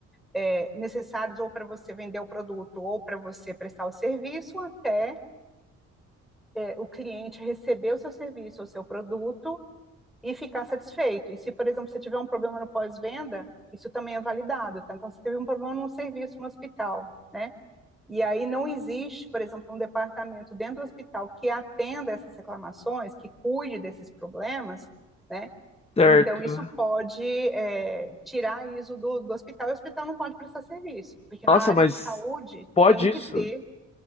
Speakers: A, in the centre; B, on the left.
A: é, necessários ou para você vender o produto ou para você prestar o serviço, até é, o cliente receber o seu serviço ou seu produto e ficar satisfeito. E se, por exemplo, você tiver um problema no pós-venda, isso também é validado, tá? Então, você teve um problema num serviço no hospital, né? E aí não existe, por exemplo, um departamento dentro do hospital que atenda essas reclamações, que cuide desses problemas, né?
B: Certo.
A: Então, isso pode é, tirar isso do, do hospital e o hospital não pode prestar serviço, porque na
B: Nossa,
A: área
B: mas
A: de saúde
B: pode
A: tem que
B: isso?
A: ter. O